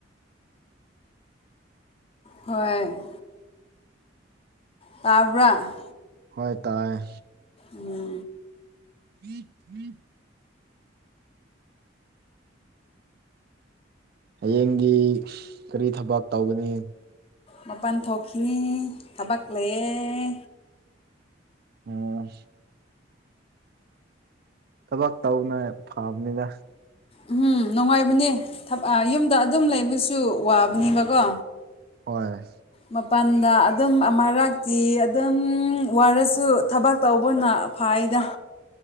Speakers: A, on the left; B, on the right.
A: ꯍꯣꯏ ꯇꯥꯕ꯭ꯔ
B: ꯍꯣꯏ ꯇꯥꯏꯌꯦ
A: ꯎꯝ
B: ꯎꯝ ꯎꯝ ꯍꯌꯦꯡꯗꯤ ꯀꯔꯤ ꯊꯕꯛ ꯇꯧꯒꯅꯤ
A: ꯃꯄꯥꯟ ꯊꯣꯛꯈꯤ ꯊꯕꯛ ꯂꯩꯌꯦ
B: ꯎꯝ ꯊꯕꯛ ꯇꯧꯅ ꯐꯕꯅꯤꯅ
A: ꯎꯝ ꯅꯨꯡꯉꯥꯏꯕꯅꯦ ꯌꯨꯝꯗ ꯑꯗꯨꯝ ꯂꯩꯕꯁꯨ ꯋꯥꯕꯅꯦꯕꯀꯣ
B: ꯍꯣꯏ
A: ꯃꯄꯥꯟꯗ ꯑꯗꯨꯝ ꯑꯃꯔꯥꯛꯇꯤ ꯑꯗꯨꯝ ꯋꯥꯔꯁꯨ ꯊꯕꯛ ꯇꯧꯕꯅ ꯐꯥꯏꯗ